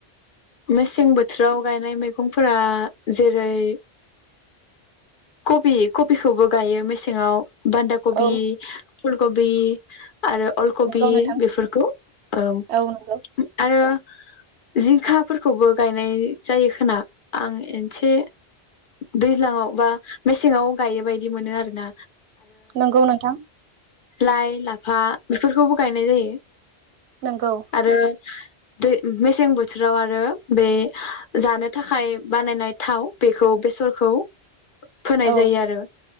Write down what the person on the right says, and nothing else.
औ
नंगौ नोंथां
औ नंगौ
नंगौ नोंथां।
नोंगौ।
औ